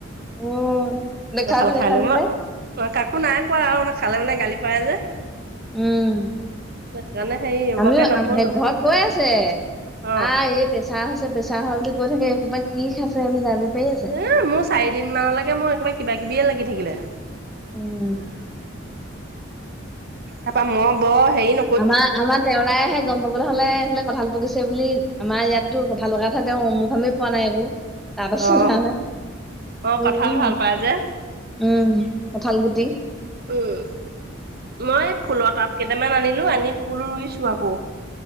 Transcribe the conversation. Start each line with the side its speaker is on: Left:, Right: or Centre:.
Centre: অ', দেখাবি
Right: কঁঠাল খাই
Centre: দেখাবি
Right: লৈ মই,
Centre: পাই
Right: কাকো নাই কোৱা আৰু মানে খালে মানে গালি পাৰে যে।
Centre: উম।
Right: সেইকাৰণে হেৰি এইবোৰকে
Centre: আমিও
Right: নকলো
Centre: ঘৰত কৈ আছে, <unintelligible>
Right: অ
Centre: প্ৰেচাৰ হৈছে প্ৰেচাৰ হয় বুলি কৈ থাকে এখোপা কি খাইছে বুলি গালি পাৰি আছে।
Right: এ মোৰ চাৰিদিন মানলৈকে মোৰ একেবাৰে কিবা কিবিয়ে লাগি থাকিলে।
Centre: উম।
Right: এটা <unintelligible> <unintelligible>
Centre: আমাৰ, আমাৰ দেওৰাইহে গম পাব নহ'লে কঁঠাল পকিছে বুলি আমাৰ ইয়াতো কঁঠাল লগতহে তেওঁ <unintelligible> পোৱা নাই একো, তাৰ পাছত
Right: অ
Centre: যোৱা নাই।
Right: অ অ কঁঠাল ভাল
Centre: <inaudible>
Right: পাই যে
Centre: উম, কঠাল গুটি।
Right: উম, মই ফুলৰ তাব কেইটামান আনিলোঁ, আনি ফুল ৰুইছোঁ আকৌ।